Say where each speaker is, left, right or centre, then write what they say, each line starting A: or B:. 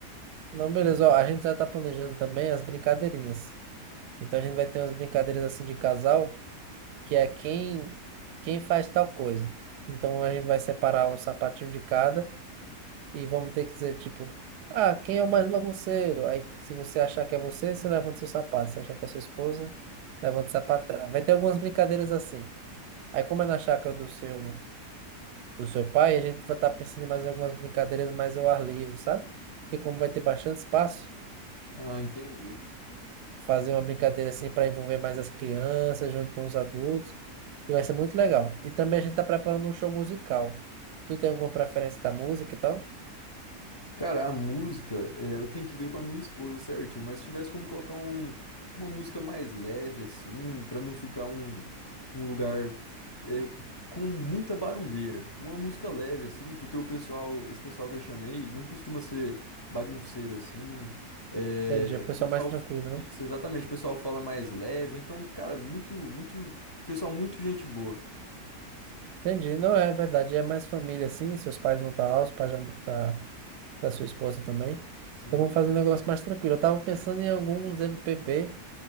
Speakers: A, on the right; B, on the left.
A: Não, beleza. Ó, a gente já tá planejando também as brincadeirinhas. Então a gente vai ter umas brincadeiras assim de casal, que é quem quem faz tal coisa. Então a gente vai separar o sapatinho de cada e vamos ter que dizer tipo, ah, quem é o mais bagunceiro? Aí se você achar que é você, você levanta seu sapato. Se achar que é sua esposa, levanta o sapato dela. Vai ter algumas brincadeiras assim. Aí como é na chácara do seu do seu pai, a gente vai estar pensando em mais algumas brincadeiras mais ao ar livre, sabe? Porque como vai ter bastante espaço,
B: Ah, entendi.
A: fazer uma brincadeira assim para envolver mais as crianças junto com os adultos, e vai ser muito legal. E também a gente está preparando um show musical. Tu tem alguma preferência da música e tal?
B: Cara, a música, é, eu tenho que ver com a minha esposa certinho, mas se tivesse como colocar um, uma música mais leve, assim, pra não ficar um, um lugar é, com muita barulheira. Uma música leve, assim, porque o pessoal, esse pessoal que eu chamei, não costuma ser bagunceiro, assim. É,
A: Entendi, o pessoal
B: pessoal,
A: mais tranquilo, né?
B: isso, exatamente, o pessoal fala mais leve, então, cara, muito, muito, pessoal, muito gente boa.
A: Entendi, não é verdade, é mais família assim, seus pais vão estar lá, os pais já vão estar da sua esposa também.
B: Sim.
A: Então vamos fazer um negócio mais tranquilo. Eu tava pensando em alguns MPB